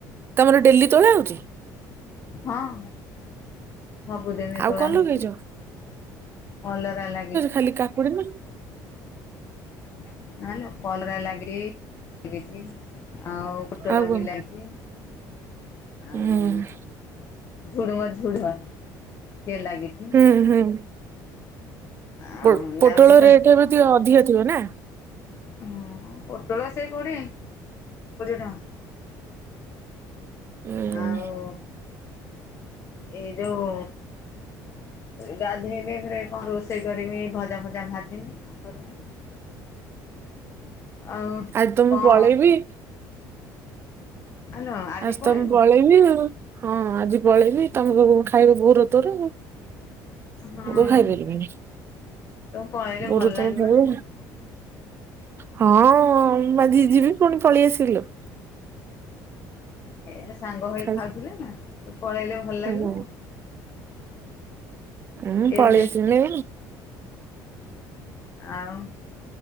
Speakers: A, on the right; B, on the left.
A: ତମର ଡେଲି ତୋଳା ହଉଚି?
B: ହଁ। ସବୁଦିନେ
A: ଆଉ
B: ତୁଳା
A: କଣ
B: ହଉଚି,
A: ଲଗେଇଛ?
B: କଲରା ଲାଗି
A: ଖାଲିି କା <unintelligible>
B: <unintelligible> କଲରା ଲାଗି ଲାଗିଚି। ଆଉ <unintelligible>
A: ଆଉ କଣ?
B: ବି ଲାଗିଚି, ଆଉ
A: ହୁଁ
B: ଝୁଡୁଙ୍ଗ ଝୁଡୁଆ ସେ ଲାଗିଚି।
A: ହୁଁ-ହୁଁ।
B: ଆଉ
A: ପୋ ପୋଟଳ
B: ଯାଉଛି ଫେରେ
A: ରେଟ୍ ଏବେ ଟିକେ ଅଧିକା ଥିବ ନା?
B: ହଁ ପୋଟଳ ସେ <unintelligible> କୋଡିଏ ଟଙ୍କା।
A: ହୁଁ
B: ଆଉ ଏ ଯୋଉ ଗାଧେଇନି ଫେରେ କଣ ରୋଷେଇ <unintelligible> ଭଜା ଫଜା <unintelligible> <unintelligible> ଆଉ
A: ଆଜି ତ
B: କଣ
A: ମୁଁ ପଳେଇବି।
B: ଆଲୋ
A: ଆଜି
B: ପଳେଇବୁ
A: ତ ମୁଁ ପଳେଇବି ଆଉ, ହଁ ଆଜି ପଳେଇବି ତମେ ସବୁ ଖାଇବ ବୋଉର ତୋର। ମୁଁ
B: ହଁ
A: ତ ଖାଇପାରିବିନି
B: ତୁ ପଳେଇଲେ
A: ବୋଉର
B: ଭଲ ଲାଗିବନି
A: ତୋର ଖାଇବ। ହଁ ମୁଁ ଆଜି ଯିବି ପୁଣି ପଳି ଆସିବି ଲୋ।
B: ଏ ସାଙ୍ଗ ହେଇ
A: ଖାଲି
B: ଖାଉଥିଲେ ନା ତୁ ପଳେଇଲେ ଭଲ
A: ହୁଁ
B: ଲାଗିବ?
A: ଉୁଁ
B: ଏମିତି
A: ପଳେଇଆସିମି।
B: ଆଉ